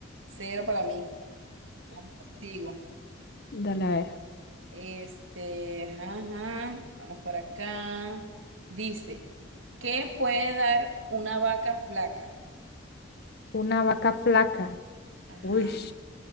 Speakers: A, on the right (about 90°); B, on the left (about 60°).
A: cero para mí. contigo.
B: Dale, a ver,
A: Este, ajá, ajá, Vamos para acá. Dice, ¿qué puede dar una vaca flaca?
B: una vaca flaca.
A: Ajá.
B: Uy,